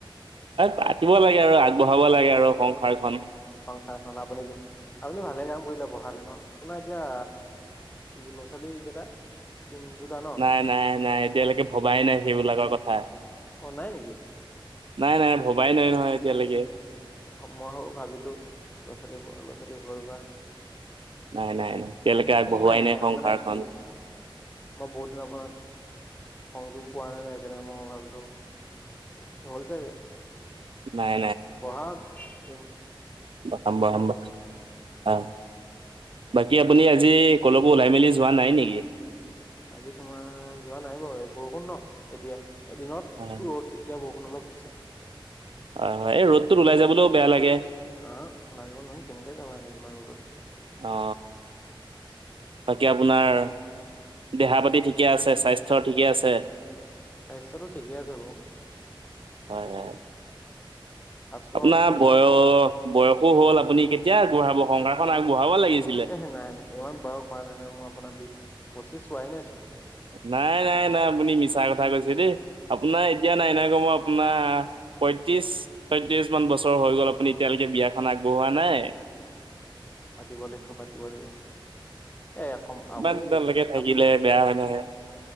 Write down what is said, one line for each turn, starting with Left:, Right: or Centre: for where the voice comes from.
Right: পাতিব লাগে আৰু আগবঢ়াব লাগে আৰু সংসাৰখন
Left: সংসাৰখন আপুনি আপুনি ভালে কাম কৰিলে বঢ়ালে ন আপোনাৰ এতিয়া কি ল'ৰা ছোৱালী কেইটা তি দুটা ন?
Right: নাই নাই নাই এতিয়ালৈকে ভবাই নাই সেইবিলাকৰ কথা।
Left: অ নাই নেকি
Right: নাই নাই ভবাই নাই নহয় এতিয়ালৈকে
Left: মই ভাবিলো ল'ৰা ছোৱালীৰ ল'ৰা ছোৱালী হ'ল বা
Right: নাই নাই নাই এতিয়ালৈকে আগবঢ়োৱাই
Left: এই
Right: নাই সংসাৰখন
Left: মানে কি মই বহুত দিনৰ পৰা সংযোগ পোৱা নাই ন সেইকাৰণে মই ভাবিলো। হ'ল চাগে
Right: নাই
Left: বহাগ <inaudible>
Right: হাম্বা হাম্বা অ বাকী আপুনি আজি কলৈকো ওলাই মেলি যোৱা নাই নেকি
Left: আজি তোমাৰ যোৱা নাই বাৰু বৰষুণ ন এতিয়া এ দিনত
Right: হয়
Left: ৰদ এতিয়া বৰষুণ অলপ দিছে
Right: হয় হয় এই ৰ'দটোত ওলাই যাবলৈও বেয়া লাগে
Left: অ ওলাই যাব নোৱাৰি কেনেকে যাবা ইমান লগত
Right: অ বাকী আপোনাৰ দেহা পাতি ঠিকে আছে স্বাস্থ্যৰ ঠিকে আছে
Left: স্বাস্থ্য টো ঠিকে আছে বাৰু
Right: হয় হয়
Left: আছো
Right: আপোনাৰ
Left: আৰু জীয়াই
Right: বয়স অ বয়সো হল আপুনি কেতিয়া আগবঢ়াব সংসাৰখন আগবঢ়াব লাগিছিল
Left: এহ নাই নাই ইমান বয়স হোৱা নাই নহয় মোৰ আপোনাৰ বিশ পঁচিশ চোৱাই নাইচোন
Right: নাই নাই নাই আপুনি মিছা কথা কৈছে দেই আপোনাৰ এতিয়া নাই নাই কমেও আপোনাৰ পয়ত্ৰিশ ছয়ত্ৰিশ মান বছৰ হৈ গ'ল আপুনি এতিয়ালৈকে বিয়াখন আগবঢ়োৱা নাই
Left: পাতিব লাগিব পাতিব লাগিব এ
Right: ইমান
Left: আপুনি
Right: দিনলৈকে থাকিলে
Left: আপুনি
Right: বেয়া হয় নহয়